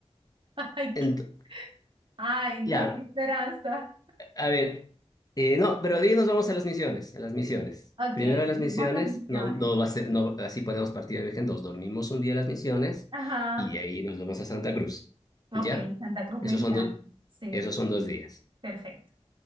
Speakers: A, on the right (about 45°); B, on the left (about 35°).
A: <laughs> Ay,
B: Ent-
A: qué- ay, Dios,
B: ya,
A: qué esperanza.
B: A ver, eh, no, pero de ahí nos vamos a las misiones, a las misiones.
A: Ok,
B: Primero a las
A: vamos
B: misiones,
A: a las misiones.
B: no, no va a ser, no, así podemos partir el viaje en dos. Dormimos un día a las misiones
A: Ajá,
B: y de ahí nos vamos a Santa Cruz.
A: ok,
B: ¿Ya?
A: Santa Cruz
B: Esos
A: me encanta.
B: son dos,
A: Sí,
B: esos son dos días.
A: perfecto.